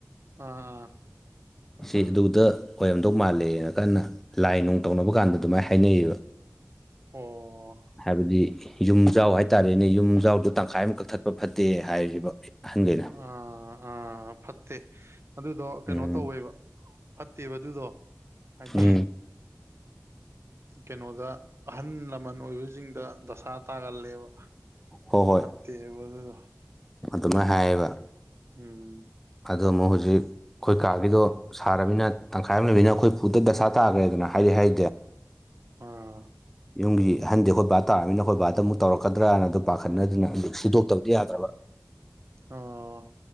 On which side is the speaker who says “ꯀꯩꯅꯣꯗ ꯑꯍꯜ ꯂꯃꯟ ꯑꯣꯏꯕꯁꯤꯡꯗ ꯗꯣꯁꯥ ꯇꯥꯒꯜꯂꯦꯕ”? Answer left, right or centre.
Right